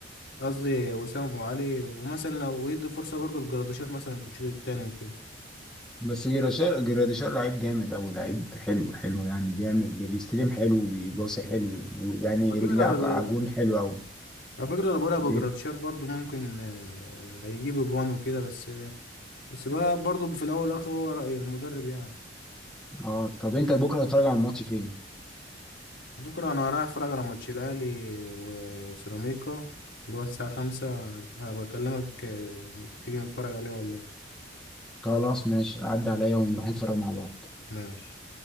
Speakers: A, on the left; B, in the centre.
A: قصدي وسام ابو علي ومثلا لو يدي فرصه برضه لجراديشار مثلا في الشوط الثاني وكده
B: بس جراديشار جراديشار لعيب جامد أوي لعيب حلو حلو يعني بيعمل بيستلم حلو وبيباصي حلو ويعني
A: على
B: رجليه
A: فكره
B: عج-
A: جرا-
B: عجون حلو أوي
A: على فكره لو بقى
B: إيه؟
A: جراديشار برضه ممكن آه، يجيب اجوان وكده بس بس بقى برضه في الاول والاخر هو راي المدرب يعني
B: اه طب أنت بكرة هتتفرج على الماتش فين؟
A: بكرة أنا رايح أتفرج على ماتش الأهلي و- وسيراميكا اللي هو الساعة خمسة بكلمك آه، تيجي نتفرج عليه ولا إيه؟
B: خلاص ماشي عدى عليا ونروح نتفرج مع بعض
A: ماشي